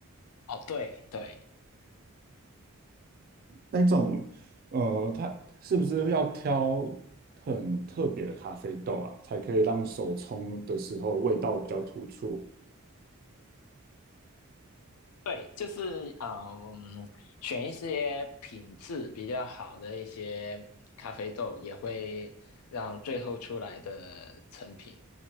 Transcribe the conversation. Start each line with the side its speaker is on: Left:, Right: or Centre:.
Left: 哦，对对，
Right: 那一种，呃，它是不是要挑很特别的咖啡豆啊，才可以让手冲的时候味道比较突出？
Left: 对，就是啊，呃嗯，选一些品质比较好的一些咖啡豆，也会让最后出来的成品